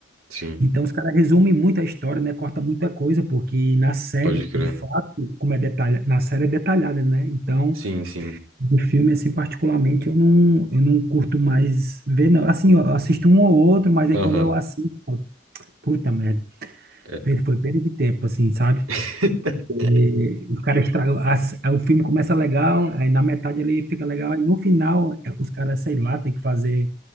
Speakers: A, on the right (about 85°); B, on the right (about 45°).
A: sim,
B: então os caras resumem muito a história, né? Corta muita coisa, porque na série,
A: pode crer.
B: de fato, como é detalhada, na série é detalhada, né? Então,
A: Sim, sim.
B: o filme, assim, particularmente, eu não, eu não curto mais ver, não. Assim, eu assisto um ou outro, mas aí
A: Aham.
B: quando eu assisto, eu, falo, puta merda.
A: É.
B: Perda- Foi perda de tempo, assim, sabe?
A: <laughs>
B: E o cara estraga as- é, O filme começa legal, aí na metade ele fica legal, aí no final, é, os caras, sei lá, tem que fazer,